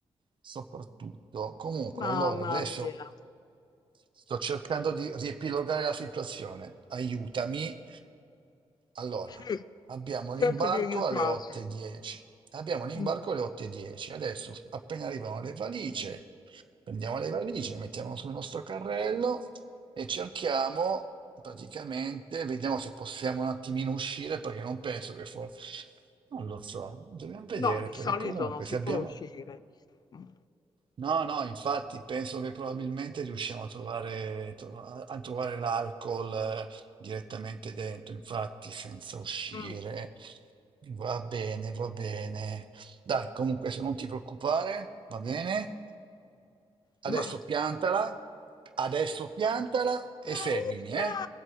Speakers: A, on the right; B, on the left.
A: Soprattutto. Comunque,
B: Mamma
A: allora, adesso
B: mia.
A: sto cercando di riepilogare la situazione. Aiutami allora,
B: Sì,
A: abbiamo
B: cerco
A: l'imbarco
B: di aiutarti.
A: alle 8.10. Abbiamo l'imbarco
B: Mm.
A: alle 8.10. Adesso, appena arrivano le valigie, prendiamo le valigie, le mettiamo sul nostro carrello e cerchiamo, praticamente, vediamo se possiamo un attimino uscire, perché non penso che forse... Non lo so, dobbiamo vedere,
B: No, di
A: perché
B: solito
A: comunque
B: non si
A: se abbiamo...
B: può uscire. Mm.
A: No, no, infatti penso che probabilmente riusciamo a trovare, tro- a a trovare l'alcol eh, direttamente dentro, infatti senza uscire.
B: Mm.
A: Va bene, va bene. Dai, comunque se non ti preoccupare, va bene.
B: Ma
A: Adesso piantala, adesso piantala e
B: Ma
A: seguimi,
B: uffa!
A: eh?